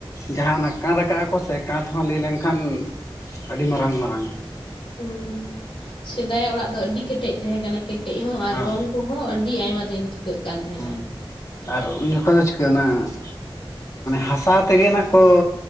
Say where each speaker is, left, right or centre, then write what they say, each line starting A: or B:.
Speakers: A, on the left (about 35°); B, on the left (about 75°).
A: ᱡᱟᱦᱟᱸ ᱚᱱᱟ ᱠᱟᱸᱛ ᱠᱟᱜ-ᱟ ᱠᱚ ᱥᱮ ᱠᱟᱸᱛ ᱦᱚᱸ ᱞᱟᱹᱭ ᱞᱮᱱᱠᱷᱟᱱ ᱟᱹᱰᱤ ᱢᱟᱨᱟᱝ ᱢᱟᱨᱟᱝ
B: ᱦᱩᱸ ᱥᱮᱫᱟᱭ ᱚᱲᱟᱜ ᱫᱚ ᱟᱹᱰᱤ ᱠᱮᱴᱮᱡ ᱛᱟᱦᱮᱸ ᱠᱟᱱᱟ ᱠᱮᱴᱮᱡ ᱦᱚᱸ ᱟᱨ
A: ᱦᱮᱸ
B: ᱨᱚᱝ ᱠᱚ ᱦᱚᱸ ᱟᱹᱰᱤ ᱟᱭᱢᱟ ᱫᱤᱱ ᱴᱷᱤᱠᱟᱹᱜ ᱠᱟᱱ ᱛᱟᱦᱮᱸᱱᱟ
A: ᱦᱮᱸ
B: ᱾
A: ᱟᱨ ᱩᱱ ᱡᱚᱠᱷᱚᱱ ᱫᱚ ᱪᱤᱠᱟᱹᱱᱟ ᱾ ᱦᱟᱥᱟ ᱛᱮᱜᱮ ᱱᱟᱜ ᱠᱚ